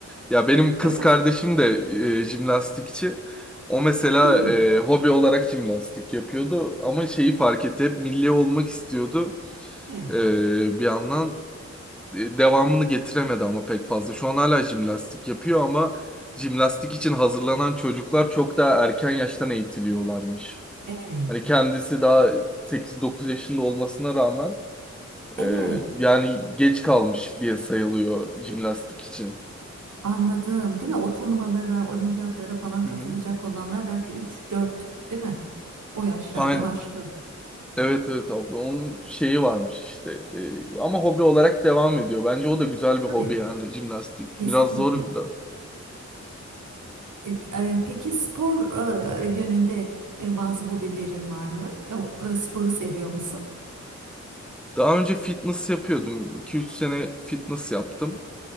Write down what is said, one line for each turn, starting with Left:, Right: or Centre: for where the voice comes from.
Centre: Ya benim kız
Right: E Baş
Centre: kardeşim de e, jimnastikçi. O mesela
Right: çok iyi.
Centre: e, hobi olarak jimnastik yapıyordu ama şeyi fark etti hep milli olmak istiyordu
Right: Evet.
Centre: e, bir yandan. e, devamını getiremedi ama pek fazla. Şu an hala jimnastik yapıyor ama jimnastik için hazırlanan çocuklar çok daha erken yaştan eğitiliyorlarmış.
Right: Evet.
Centre: Hani kendisi daha sekiz dokuz yaşında olmasına rağmen
Right: Evet.
Centre: e, yani geç kalmış diye sayılıyor jimnastik için.
Right: Anladım. Değil mi? O turnuvalara, olimpiyatlara falan
Centre: Hı
Right: katılacak
Centre: hı.
Right: olanlar belki üç dört, değil mi? O yaşlarda
Centre: Aynen.
Right: başlıyor.
Centre: Evet evet abla onun şeyi varmış işte E, ama hobi olarak devam ediyor. Bence o da güzel bir
Right: Tabii.
Centre: hobi yani jimnastik.
Right: Kesinlikle.
Centre: Biraz zor da.
Right: E, e, Peki spor e, yönünde e, bazı hobilerin var mı? E, o- e, Sporu seviyor musun?
Centre: Daha önce fitness yapıyordum. 2 üç sene fitness yaptım.